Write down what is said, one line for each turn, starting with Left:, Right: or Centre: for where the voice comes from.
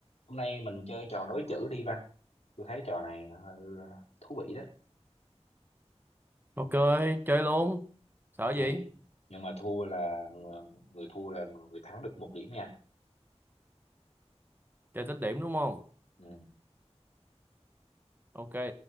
Left: Hôm nay mình chơi trò nối chữ đi Văn. Tôi thấy trò này ờ, thú vị đó.
Right: Ok, chơi luôn. Sợ
Left: Ok.
Right: gì?
Left: Nhưng mà thua là ng- người thua là người thắng được một điểm nha.
Right: Chơi tích điểm đúng không?
Left: Ừ.
Right: Ok,